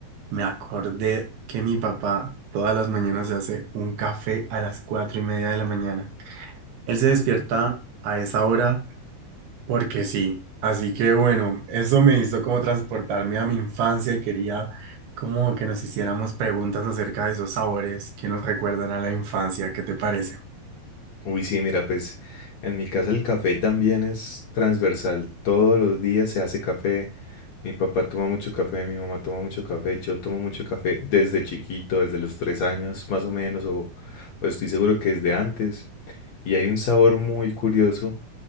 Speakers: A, on the right (about 85°); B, on the left (about 60°).
A: me acordé que mi papá todas las mañanas se hace un café a las cuatro y media de la mañana. Él se despierta a esa hora Porque sí. Así que bueno, eso me hizo como transportarme a mi infancia y quería como que nos hiciéramos preguntas acerca de esos sabores que nos recuerdan a la infancia. ¿Qué te parece?
B: Uy, sí, mira, pues en mi casa el café también es transversal. Todos los días se hace café. Mi papá toma mucho café, mi mamá toma mucho café, yo tomo mucho café desde chiquito, desde los tres años más o menos, o, o estoy seguro que desde antes. Y hay un sabor muy curioso